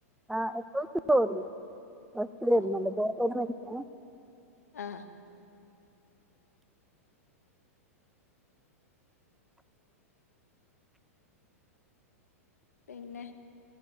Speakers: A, in the centre; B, on the left.
A: ആഹ എപ്പോ <unintelligible> ബസ്സ് ഇതിലെ
B: ഓ
A: വെരുന്നുണ്ട്‌പ്പോ ഇപ്പൊ എവ്ട്ന്നാ വെര്ന്നെ
B: ആഹ് പിന്നെ